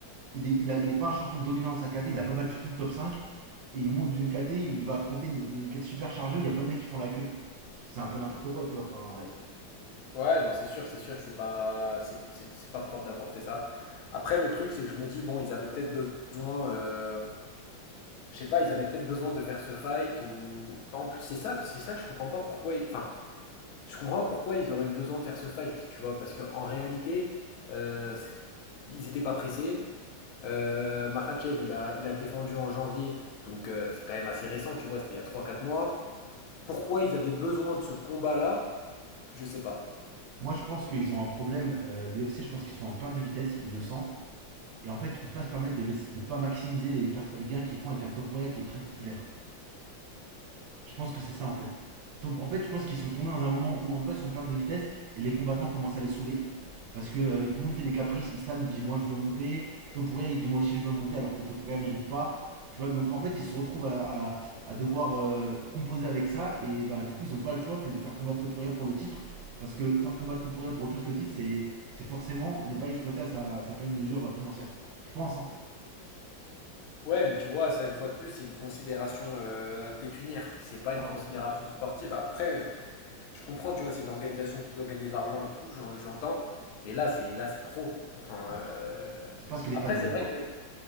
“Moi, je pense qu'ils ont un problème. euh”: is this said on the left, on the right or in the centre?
Right